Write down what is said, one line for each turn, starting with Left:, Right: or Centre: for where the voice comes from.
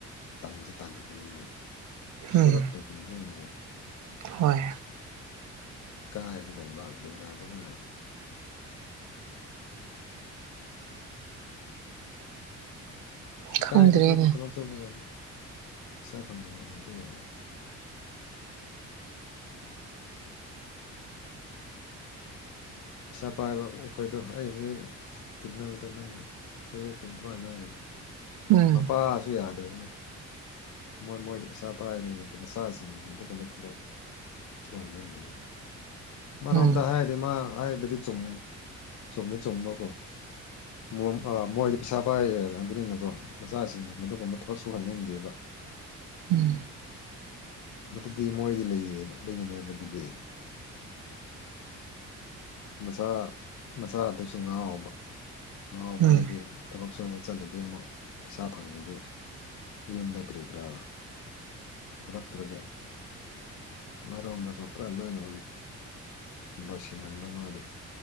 Left: ꯇꯟꯁꯨ ꯇꯟꯈ꯭ꯔꯅꯤ ꯃꯣꯏ ꯁꯨꯔꯛꯇꯕꯅꯤꯅ
Right: ꯎꯝ
Left: ꯀꯣ
Right: ꯍꯣꯏ
Left: ꯏꯀꯥꯏꯕ ꯒꯨꯝꯕ ꯀꯔꯤ ꯀꯔꯥ ꯑꯗꯨꯃꯛ ꯏꯀꯥꯏꯗꯦ
Right: ꯈꯪꯗ꯭ꯔꯦꯅꯦ
Left: ꯑꯈꯣꯏꯗꯤ ꯊꯕꯛ ꯁꯨꯕ ꯀꯥꯟꯗ ꯄꯩꯁꯥ ꯐꯪꯕ ꯑꯣꯏꯕꯅꯤꯅ ꯄꯩꯁꯥ ꯄꯥꯏꯕ ꯃꯈꯣꯏꯗꯣ ꯑꯩ ꯍꯦꯛ ꯇꯤꯟꯅꯕꯗ ꯅꯪ ꯍꯦꯛ <unintelligible> ꯍꯥꯏꯕ
Right: ꯎꯝ
Left: ꯃꯄꯥꯁꯨ ꯌꯥꯗꯕꯅꯦ ꯃꯣꯏ ꯃꯣꯏꯗꯤ ꯄꯩꯁꯥ ꯄꯥꯏꯕꯅꯤꯅ ꯀꯣ ꯃꯆꯥꯁꯤꯡꯗꯨ ꯑꯗꯨꯒꯨꯝꯕ ꯊꯕꯛ ꯁꯨꯍꯟꯅꯤꯡꯗꯕꯅꯤ ꯑꯃꯔꯣꯝꯗ
Right: ꯎꯝ
Left: ꯍꯥꯏꯔꯗꯤ ꯃꯥ ꯍꯥꯏꯔꯤꯕꯗꯤ ꯆꯨꯝ ꯆꯨꯝꯗꯤ ꯆꯨꯝꯕꯀꯣ ꯃꯣꯝ ꯑꯥ ꯃꯣꯏꯗꯤ ꯄꯩꯁꯥ ꯄꯥꯏꯌꯦ ꯈꯟꯕꯅꯤꯅꯀꯣ ꯃꯆꯥꯁꯤꯡꯗꯨ ꯑꯗꯨꯒꯨꯝꯕ ꯊꯕꯛ ꯁꯨꯍꯟꯅꯤꯡꯗꯦꯕ
Right: ꯎꯝ
Left: ꯍꯧꯖꯤꯛꯀꯤꯗꯤ ꯃꯣꯏꯗꯤ ꯂꯩꯌꯦ ꯑꯗꯨꯒꯤꯅꯦ ꯑꯗꯨꯗꯤ ꯃꯆꯥ ꯃꯆꯥꯗꯨꯁꯨ ꯉꯥꯎꯕ ꯉꯥꯎꯕ
Right: ꯎꯝ
Left: ꯍꯥꯏꯗꯤ ꯊꯕꯛ ꯁꯨꯕ ꯆꯠꯂꯗꯤ ꯑꯃꯨꯛ ꯄꯩꯁꯥ ꯐꯪꯉꯗꯤ ꯌꯨꯝꯗ ꯀ꯭ꯔꯤ ꯀ꯭ꯔꯥ ꯄꯨꯔꯛꯇ꯭ꯔꯒ ꯑꯃꯔꯣꯝꯗ ꯀꯣ ꯄꯨꯔꯥ ꯂꯣꯏꯅ ꯂꯣꯏꯁꯤꯟꯍꯟ <unintelligible>